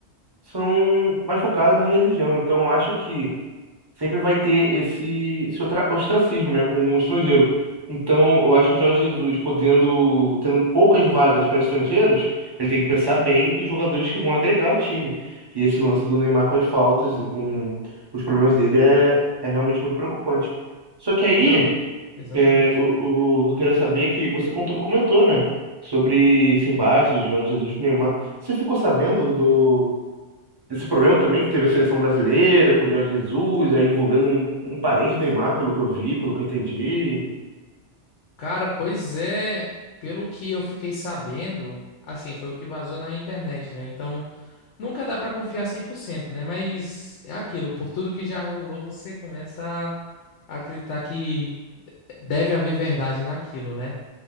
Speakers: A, on the right (about 25°); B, on the left (about 80°).
A: são mais focadas na religião. Então, eu acho que sempre vai ter esse, esse otra- ostracismo, né, com o estrangeiro. Então, eu acho que o Jorge Jesus, podendo, tendo poucas vagas para estrangeiros, ele tem que pensar bem em jogadores que vão agregar o time. E esse lance do Neymar com as faltas e com os problemas dele é, é realmente muito preocupante. Só que aí,
B: Não, exatamente.
A: é, o, o que eu queria saber é que você contou- comentou, né, sobre esse embate de Jorge Jesus com o Neymar. Você ficou sabendo do, desse problema também que teve a seleção brasileira com o Jorge Jesus, aí envolvendo um, um parente do Neymar, pelo que eu vi, pelo que eu entendi.
B: Cara, pois é, pelo que eu fiquei sabendo, assim, foi o que vazou na internet, né? Então, nunca dá pra confiar 100%, né? Mas é aquilo, por tudo que já rolou, você começa a acreditar que deve haver verdade naquilo, né?